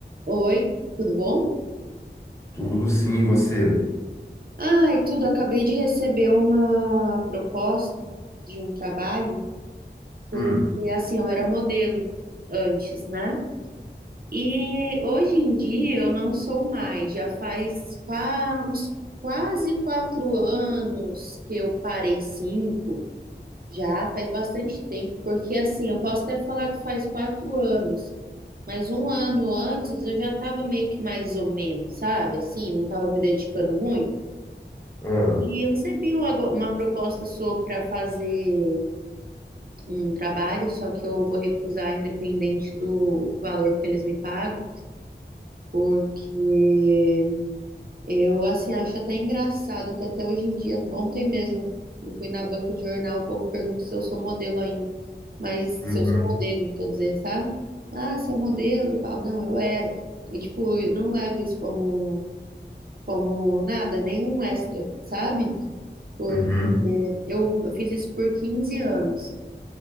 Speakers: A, on the right (about 55°); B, on the left (about 15°).
A: Oi, tudo bom?
B: Tudo sim, você.
A: Ai, tudo. Acabei de receber uma proposta de um trabalho, porque
B: Hum,
A: assim, eu era modelo antes, né? E hoje em dia eu não sou mais. Já faz qua- uns quase quatro anos que eu parei cinco. Já faz bastante tempo, porque assim, eu posso até falar que faz quatro anos, mas um ano antes eu já estava meio que mais ou menos, sabe? Assim, não estava me dedicando muito.
B: ah,
A: E eu recebi o ago- uma proposta para fazer um trabalho, só que eu vou recusar independente do valor que eles me pagam, porque eu assim acho até engraçado que até hoje em dia, ontem mesmo, eu fui na banca de jornal, o povo pergunta se eu sou modelo ainda, mas se
B: uhum,
A: eu sou modelo, quer dizer, sabe? Ah, você é modelo? Eu falo, não, eu era. E tipo, eu não levo isso como como nada, nenhum extra, sabe? Porque
B: uhum,
A: eu, eu fiz isso por 15 anos.